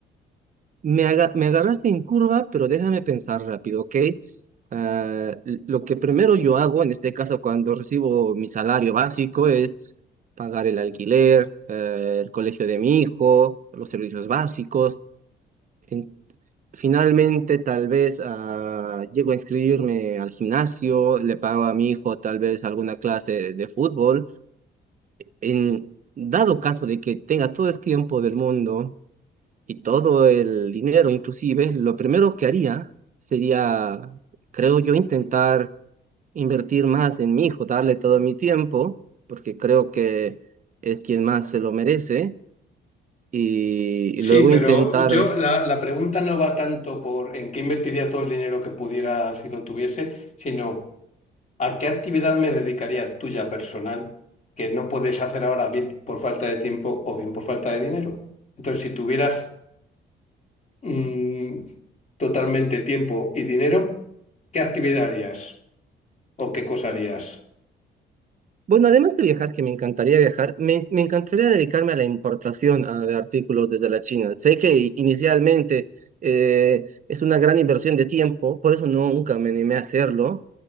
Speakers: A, on the right; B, on the left.
A: Me, aga- me agarraste en curva, pero déjame pensar rápido, ¿ok? Ah, l- lo que primero yo hago, en este caso cuando recibo mi salario básico, es pagar el alquiler, eh, el colegio de mi hijo, los servicios básicos. En- finalmente, tal vez ah, llego a inscribirme al gimnasio, le pago a mi hijo tal vez alguna clase de fútbol. En dado caso de que tenga todo el tiempo del mundo y todo el dinero, inclusive, lo primero que haría sería, creo yo, intentar invertir más en mi hijo, darle todo mi tiempo, porque creo que es quien más se lo merece, y,
B: Sí,
A: y luego
B: pero
A: intentar,
B: yo la, la pregunta no va tanto por en qué invertiría todo el dinero que pudiera si lo tuviese, sino ¿A qué actividad me dedicaría tuya personal que no puedes hacer ahora bien por falta de tiempo o bien por falta de dinero? Entonces, si tuvieras mm, totalmente tiempo y dinero, ¿qué actividad harías o qué cosa harías?
A: bueno, además de viajar, que me encantaría viajar, me, me encantaría dedicarme a la importación ah, de artículos desde la China. Sé que inicialmente... eh, es una gran inversión de tiempo, por eso no, nunca me animé a hacerlo,